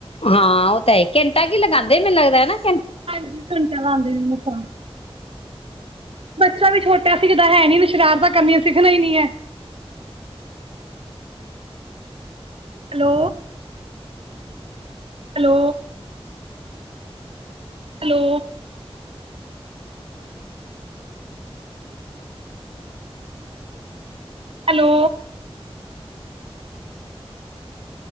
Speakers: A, on the left; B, on the right.
A: ਹਾਂ ਉਹ ਤਾਂ ਹੈ ਘੰਟਾ ਕੀ ਲਗਾਉਂਦੇ ਮੈਨੂੰ ਲੱਗਦਾ ਹੈ ਘਟਾ
B: ਹ ਘੰਟਾ ਲਾਉਂਦੇ ਨੇ ਮ ਆਪਾਂ ਬੱਚਾ ਵੀ ਛੋਟਾ ਸਿਖਦਾ ਹੈ ਨੀ ਸ਼ਰਾਰਤਾਂ ਕੀਆਂ ਸਿੱਖਣਾ ਹੀ ਨੀ ਹੈ hello hello hello hello